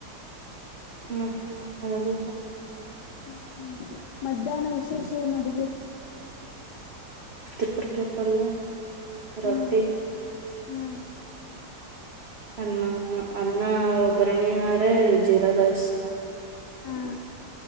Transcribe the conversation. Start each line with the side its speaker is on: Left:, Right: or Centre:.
Right: ಮತ್ತೆ ಹಬೇಕ.
Left: ಹ್ಮ ಮಧ್ಯಾಹ್ನ ವಿಶೇಷ ಏನು ಅಡಿಗೆ?
Right: ತಿಪ್ಪರ್ಕಪಲ್ಲ ರೊಟ್ಟಿ.
Left: ಹಾ ಹಾ.
Right: ಅನ್ನ ಅನ್ನ ಒಗರಣಿಹಾರ ಜೀರಾಸ್.
Left: ಹಾ.